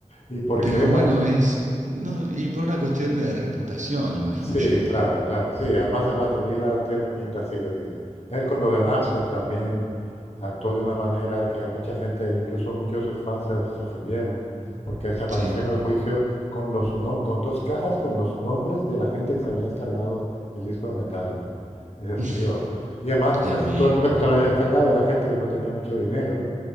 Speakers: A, on the left (about 50°); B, on the right (about 70°).
A: ¿Y por
B: Pero
A: qué?
B: bueno,
A: Para...
B: es... No, y por una cuestión de reputación, imagino
A: Sí,
B: yo.
A: claro, claro. Sí, además el batería tiene pinta así de que él con lo de Napster también actuó de una manera que a mucha gente, incluso muchos de sus fans, se, se ofendieron, porque se apareció
B: Sí.
A: en el juicio con los no- con dos cajas con los nombres de la gente que se había descargado el disco de Metallica. Dices,
B: <laughs>
A: tío. Y además casi
B: Dios mío,
A: todo el mundo que se lo había descargado era gente que no tenía mucho dinero.